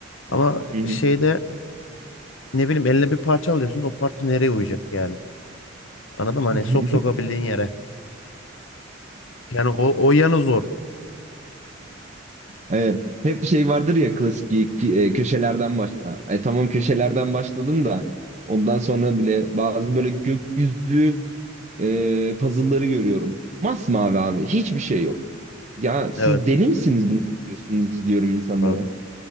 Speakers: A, on the left; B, on the right.
A: Ama
B: Hı hı.
A: şeyde ne bileyim eline bir parça alıyorsun o parça nereye uyacak yani? Anladın mı?
B: <laughs>
A: Hani sok sokabildiğin yere. Yani o, o yanı zor.
B: Evet. Hep şey vardır ya klasik ki- ki- e, köşelerden başla. E, tamam köşelerden başladım da ondan sonra bile bazı böyle gökyüzü e, puzzle'ları görüyorum. Masmavi abi hiçbir şey yok. Ya siz
A: Evet.
B: deli misiniz bunu diyorsunuz diyorum insanlara.
A: Pardon.